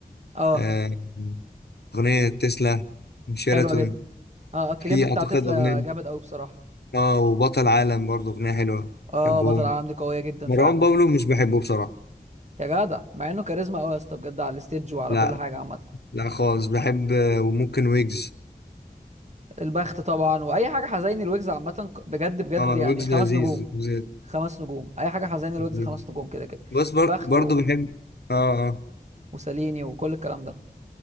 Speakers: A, on the right; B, on the left.
A: اه
B: أه أغنية تسلا شيراتون
A: حلوه جدا اه الكليب
B: في
A: بتاع
B: أعتقد
A: تسلا
B: أغنية
A: جامد قوي بصراحه
B: اه وبطل عالم برضه أغنية حلوة
A: اه
B: بحبهم
A: بطل العالم دي قويه جدا
B: مروان
A: فعلا
B: بابلو مش بحبه بصراحة
A: يا جدع مع انه كاريزما قوي يا اسطى بجد على الستيج وعلى
B: لا
A: كل حاجه عامه
B: لا خالص بحب آه، وممكن ويجز
A: البخت طبعا واي حاجه حزيني الويجز عامه ك- بجد بجد
B: اه
A: يعني
B: ويجز
A: خمس
B: لذيذ
A: نجوم
B: ويجز
A: خمس نجوم اي حاجه حزيني الويجز
B: لذيذ.
A: خمس نجوم كده كده
B: بس بر-
A: البخت
B: برضه
A: و...
B: بحب اه اه
A: وساليني وكل الكلام ده